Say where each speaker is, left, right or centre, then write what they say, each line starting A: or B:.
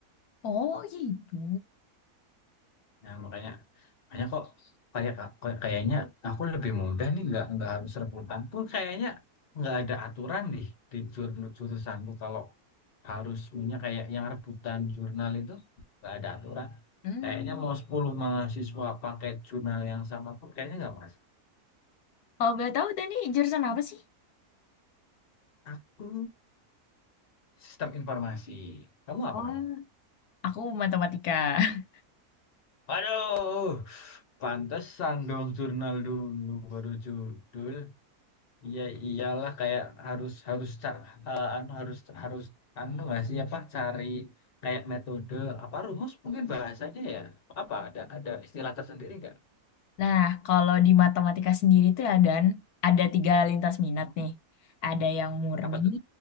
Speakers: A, on the left; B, on the left.
A: Oh, gitu.
B: Nah, makanya makanya kok kayak kayak kayaknya aku lebih mudah nih nggak nggak harus rebutan pun kayaknya nggak ada aturan deh di jur- jurusanku kalau harus punya kayak yang rebutan jurnal itu nggak ada aturan.
A: Hmm.
B: Kayaknya mau 10 mahasiswa pakai jurnal yang sama pun kayaknya nggak masuk.
A: Kalau boleh tahu, Dani jurusan apa sih?
B: Aku sistem informasi. Kamu apa
A: Oh,
B: kamu?
A: aku matematika. <laughs>
B: Waduh, pantesan dong jurnal dulu baru judul. Iya iyalah kayak harus harus ca- eh, anu harus harus anu nggak sih apa cari kayak metode apa rumus mungkin bahasanya ya apa ada ada istilah tersendiri nggak?
A: Nah, kalau di matematika sendiri tuh ada ada tiga lintas minat
B: Hmm?
A: nih. Ada yang murni,
B: Apa tuh?